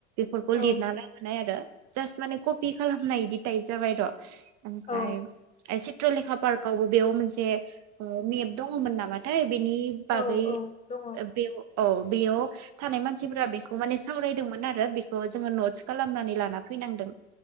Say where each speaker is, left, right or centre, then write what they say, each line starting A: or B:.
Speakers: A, on the right; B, on the left.
A: खौ
B: औ
A: लिरना लाबोनाय आरो जास्ट माने ख पि खालामनाय इदि टाइप जाबाय र'। ओमफ्राय
B: औ
A: चित्रलेखा पार्कावबो बेयाव मोनसे मेप दङमोन नामाथाय। बेनि
B: औ
A: बागै
B: औ दङ
A: बेयाव औ बेयाव। थानाय मानसिफोरा बेखौ माने सावरायदोंमोन आरो बे खौ जोङो नटस खालामनानै लाना फैनांदों